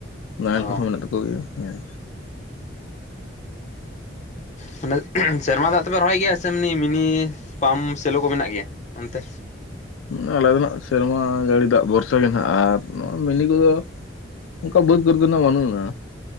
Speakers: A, on the left; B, on the left.
A: ᱱᱟᱦᱮᱞ
B: ᱚ
A: ᱠᱚᱦᱚᱸ ᱢᱮᱱᱟᱜ ᱛᱟᱠᱚ ᱜᱮᱭᱟ ᱦᱮᱸ
B: ᱢᱟᱱᱮ ᱥᱮᱨᱢᱟ ᱫᱟᱜ ᱛᱮᱯᱮ ᱨᱚᱦᱚᱭ ᱜᱮᱭᱟ ᱥᱮ ᱮᱢᱱᱤ ᱢᱤᱱᱤ ᱯᱟᱢᱯ ᱥᱮᱞᱚ ᱠᱚ ᱢᱮᱱᱟᱜ ᱜᱮᱭᱟ ᱚᱱᱛᱮ?
A: ᱢᱟᱱᱮ ᱟᱞᱮᱫᱚ ᱱᱟᱜ ᱥᱮᱨᱢᱟ ᱡᱟᱹᱲᱤ ᱫᱟᱜ ᱵᱷᱚᱨᱥᱟ ᱜᱮ ᱱᱟᱜ ᱟᱨ ᱱᱚᱣᱟ ᱢᱤᱱᱤ ᱠᱚ ᱫᱚ ᱩᱱᱠᱟ ᱵᱟᱹᱫᱽ ᱠᱚᱨᱮ ᱫᱚ ᱱᱟᱦᱟᱜ ᱵᱟᱹᱱᱩ-ᱟ ᱱᱟ᱾